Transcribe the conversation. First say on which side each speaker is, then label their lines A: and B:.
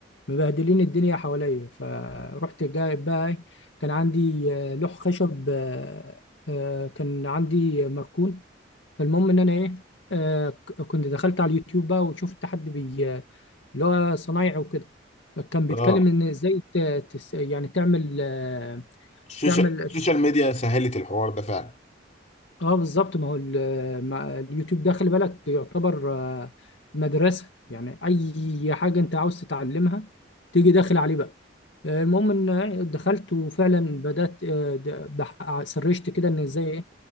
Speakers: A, on the left (about 70°); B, on the left (about 40°).
A: مبهدلين الدنيا حواليا فرحت جايب بقى ايه كان عندي آه، لوح خشب آه، آه، كان عندي مركون فالمهم ان انا ايه آه، ك- كنت دخلت على اليوتيوب بقى وشفت حد بي اللي هو صنايعي وكده كان بيتكلم
B: اه
A: ان ازاي ت- تس- يعني تعمل آه،
B: السوشيال
A: تعمل
B: السوشيال ميديا سهلت الحوار ده فعلا
A: اه بالظبط ما هو ال- ما- اليوتيوب ده خلي بالك يعتبر آه، مدرسة يعني أي حاجة أنت عاوز تتعلمها تيجي داخل عليه بقى آه، المهم إن آه، دخلت وفعلا بدأت آه، د- بح- سرشت كده إن إزاي إيه